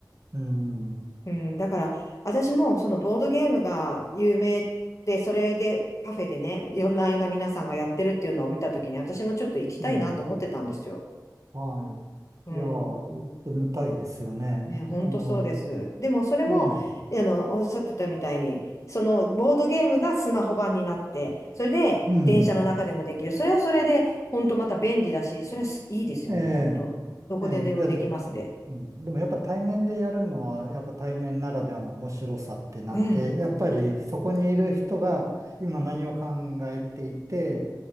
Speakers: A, on the right; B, on the left.
A: うん。
B: うん、だから、私もそのボードゲームが有名で、それでカフェでね、いろんないろんな皆さんがやってるっていうのを見たときに、私もちょっと行きたいなと思ってたんですよ。
A: うん。は
B: うん。
A: い。いや、行ってみたいですよね。あの、
B: ね、本当そうです。でもそれも、
A: ええ。
B: あの、おっしゃってたみたいに、そのボードゲームがスマホ版になって、それで電車の中でもできる。
A: うん。
B: それはそれで、本当また便利だし、それはすいいですよね、
A: ええ。
B: 本当。どこででもできますね。
A: ええ。いや、でうん、でもやっぱ対面でやるのは、やっぱ対面ならではの面白さってなって、
B: うん、
A: やっぱりそこにいる人が今何を考えていて、